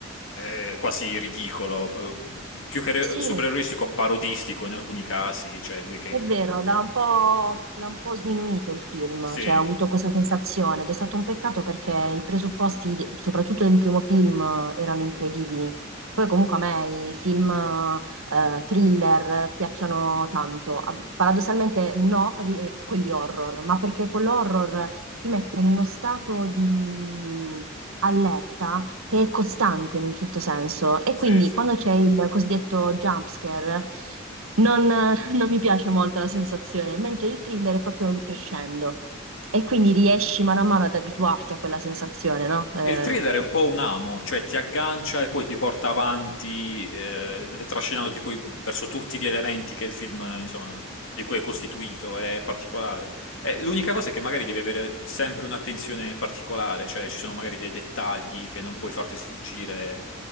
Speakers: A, on the left (about 70°); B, on the right (about 85°).
A: eh, quasi ridicolo, eh, più che re-
B: Sì,
A: supereroistico, parodistico in alcuni casi. Cioè, lui che...
B: È vero, l'ha un po', l'ha un po' sminuito il film,
A: Sì,
B: cioè ho avuto questa sensazione ed è stato un peccato perché i presupposti, de- soprattutto del primo film, eh, erano incredibili. Poi comunque a me i film eh, thriller piacciono tanto. Ah, Paradossalmente no, ri- eh, quelli horror, ma perché quell'horror ti mette in uno stato di mm, allerta che è costante in un certo senso. E
A: sì,
B: quindi
A: sì.
B: quando c'è il cosiddetto jump scare, non, <laughs> non mi piace molto la sensazione, mentre il thriller è proprio un crescendo. E quindi riesci mano a mano ad abituarti a quella sensazione, no? Eh,
A: E il thriller è un po' un amo, cioè ti aggancia e poi ti porta avanti, eh, trascinandoti poi verso tutti gli elementi che il film, eh, insomma, di cui è costituito, è particolare. Eh, l'unica cosa è che magari devi avere sempre un'attenzione particolare, cioè ci sono magari dei dettagli che non puoi farti sfuggire,